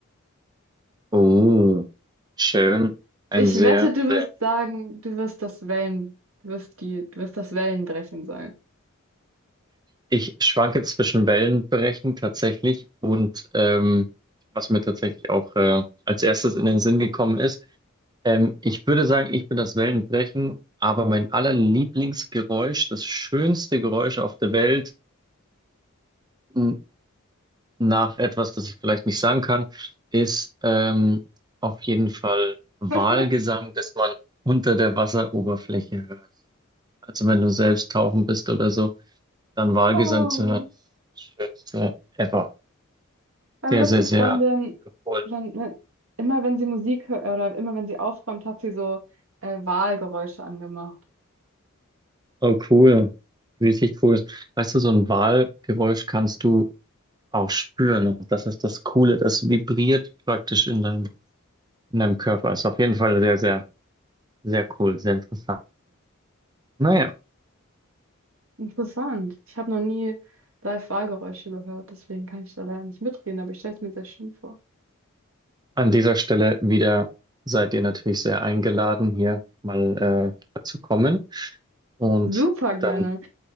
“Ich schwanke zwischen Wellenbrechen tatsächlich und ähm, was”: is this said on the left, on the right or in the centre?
Right